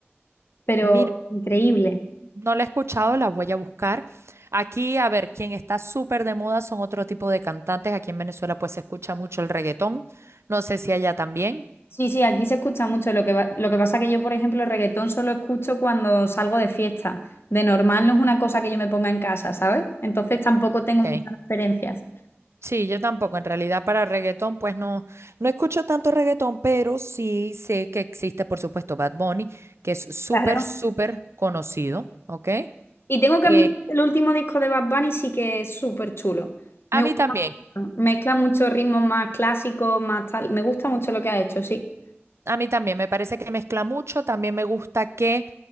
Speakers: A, on the left (about 60°); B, on the right (about 75°).
A: pero
B: Mira,
A: increíble.
B: no la he escuchado, la voy a buscar. Aquí, a ver, quien está súper de moda son otro tipo de cantantes. Aquí en Venezuela pues se escucha mucho el reggaetón. No sé si allá también.
A: Sí, sí, aquí se escucha mucho. Lo que va- lo que pasa que yo, por ejemplo, el reggaetón solo escucho cuando salgo de fiesta. De normal no es una cosa que yo me ponga en casa, ¿sabes? Entonces tampoco
B: Ok.
A: tengo muchas referencias.
B: Sí, yo tampoco. En realidad para reggaetón pues no, no escucho tanto reggaetón, pero sí sé que existe, por supuesto, Bad Bunny, que es súper,
A: Claro.
B: súper conocido. Ok.
A: Y tengo que
B: Eh,
A: admitir que el último disco de Bad Bunny sí que es súper chulo. Me
B: a
A: gusta
B: mí también.
A: mucho. Mezcla muchos ritmos más clásicos, más tal. Me gusta mucho lo que ha hecho, sí.
B: A mí también me parece que mezcla mucho, también me gusta que